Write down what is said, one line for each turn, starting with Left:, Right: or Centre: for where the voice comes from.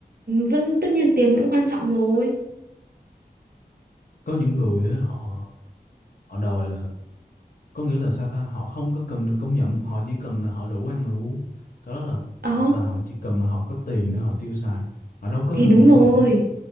Right: vẫn tất nhiên tiền vẫn quan trọng rồi.
Left: có những người á, họ họ đòi là có nghĩa là sao ta họ không có cần được công nhận họ chỉ cần là họ đủ ăn đủ uống cái đó là
Right: Ờ
Left: hoặc là họ chỉ cần là họ có tiền để họ tiêu xài họ đâu có
Right: thì
Left: cần
Right: đúng
Left: được công
Right: rồi
Left: nhận đâu